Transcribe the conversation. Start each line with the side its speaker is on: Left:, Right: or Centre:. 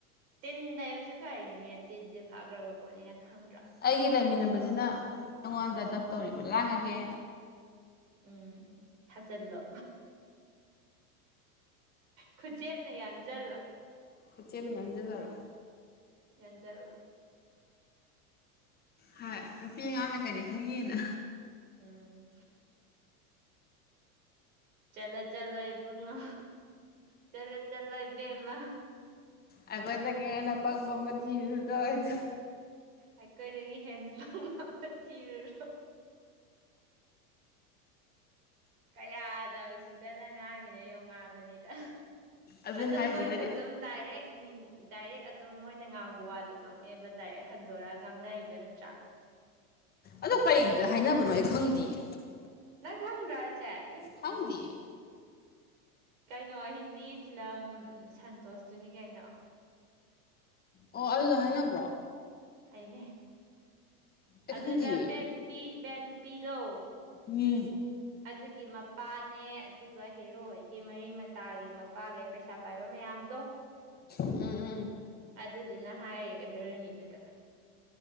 Right: ꯇꯤꯟꯗ ꯑꯩꯕꯁꯨꯦ ꯐꯩꯅꯤꯅꯦ ꯇꯤꯟꯁꯦ ꯐꯈ꯭ꯔꯕ ꯄꯣꯠꯅꯤ ꯅꯪ ꯈꯪꯗ꯭ꯔꯣ
Left: ꯑꯩꯒꯤ ꯂꯩꯃꯤꯅ ꯕꯁꯤꯅ ꯑꯩꯉꯣꯟꯗ ꯗꯞ ꯇꯧꯔꯤꯕ ꯂꯥꯡꯉꯒꯦ
Right: ꯎꯝ ꯊꯥꯖꯜꯂꯣ ꯈꯨꯖꯦꯠꯅ ꯌꯥꯟꯁꯤꯜꯂ
Left: ꯀꯣꯏꯆꯃꯤ ꯉꯟꯖꯜꯔ
Right: ꯌꯦꯟꯖꯜꯒ
Left: ꯍꯥꯏ ꯅꯨꯄꯤꯉꯥꯡꯅ ꯀꯔꯤ ꯈꯪꯉꯤꯅ
Right: ꯎꯝ ꯆꯂꯣ ꯆꯂꯣ ꯏꯕꯨꯡꯉ ꯆꯠꯂ ꯆꯠꯂꯣ ꯏꯕꯦꯝꯃ
Left: ꯑꯩꯈꯣꯏꯗꯒꯤ ꯍꯦꯟꯅ ꯄꯪꯕ ꯑꯃ ꯊꯤꯔꯨꯗꯣ ꯑꯗꯨ
Right: ꯑꯩꯈꯣꯏꯗꯒꯤ ꯍꯦꯟꯅ ꯝꯕ ꯆꯤꯔ ꯀꯌꯥꯗ ꯍꯧꯖꯤꯗꯅ ꯉꯥꯡꯉꯤꯅ ꯌꯣꯡꯉꯛꯑꯕꯅꯤꯗ
Left: ꯑꯗꯨꯅꯦ
Right: ꯑꯗꯣ
Left: ꯍꯥꯏꯁꯦ
Right: ꯃꯣꯏꯁꯨ
Left: ꯍꯥꯏꯗꯤ
Right: ꯑꯗꯨꯝ ꯗꯥꯏꯔꯦꯛ ꯗꯥꯏꯔꯦꯛ ꯑꯗꯨꯝ ꯃꯣꯏꯅ ꯉꯥꯡꯕ ꯋꯥꯗꯨꯃꯛꯅꯦ ꯗꯥꯏꯔꯦꯛ ꯍꯟꯗꯣꯔꯒ ꯉꯥꯡꯅꯔꯤꯗꯨꯣ ꯅꯠꯇ꯭ꯔꯥ
Left: ꯑ ꯀꯩꯒꯤꯗ ꯍꯥꯏꯅꯕꯅꯣ ꯑꯩ ꯈꯪꯗꯌꯦ
Right: ꯅꯪ ꯍꯪ ꯔꯥꯏ ꯌꯥꯏ
Left: ꯍꯪꯗꯤ
Right: ꯀꯩꯅꯣ ꯍꯤꯟꯗꯤ ꯐꯤꯂꯝ ꯁꯟꯇꯣꯁꯇꯨꯅꯤ ꯀꯩꯅꯣ
Left: ꯑꯣ ꯑꯗꯨꯗ ꯍꯥꯏꯅꯕ꯭ꯔꯣ
Right: ꯍꯥꯏꯅꯦ
Left: ꯑꯩ
Right: ꯑꯗꯨꯗ
Left: ꯈꯪꯗꯤꯌꯦ
Right: ꯕꯠ ꯅꯨꯄꯤ ꯕꯠ ꯅꯨꯄꯤꯔꯣ
Left: ꯃꯤ
Right: ꯑꯗꯨꯒꯤ ꯃꯄꯥꯅꯦ ꯑꯗꯨꯒ ꯍꯦꯔꯣ ꯍꯣꯏꯒꯤ ꯃꯔꯤ ꯃꯇꯥꯒꯤ ꯃꯄꯥꯈꯩ ꯄꯩꯁꯥ ꯄꯥꯏꯕ ꯃꯌꯥꯝꯗꯣ
Left: ꯎꯝ ꯎꯝ
Right: ꯑꯗꯨꯗꯨꯅ ꯍꯥꯏꯔꯤꯕ ꯍꯦꯔꯣꯏꯅꯤꯗꯨꯗ